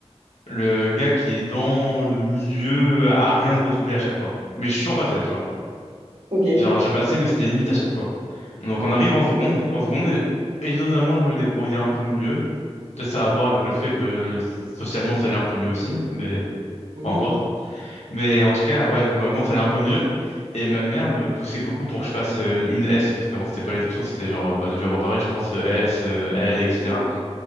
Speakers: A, on the left; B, on the right.
A: le gars qui est dans le milieu à rien de redoubler à chaque fois. Mais je suis toujours passé, tu vois.
B: Ok.
A: Genre, j'ai passé, mais c'était limite à chaque fois. Donc, on arrive en seconde. En seconde, étonnamment, je me débrouillais un peu mieux. Peut-être ça a à voir avec le fait que socialement, ça allait un peu mieux aussi, mais
B: Mhm.
A: peu importe. Mais en tout cas, ouais, quand même, ça allait un peu mieux. Et ma mère me poussait beaucoup pour que je fasse euh, une, une S, parce qu'avant, c'était pas les options, c'était genre, bah, t'as dû avoir pareil, je pense, euh, S, euh, L, etc.
B: J'ai